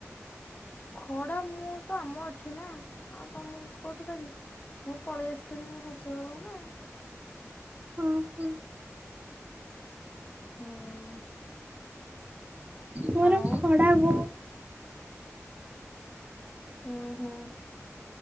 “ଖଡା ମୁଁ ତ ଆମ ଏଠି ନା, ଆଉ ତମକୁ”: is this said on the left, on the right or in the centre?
Left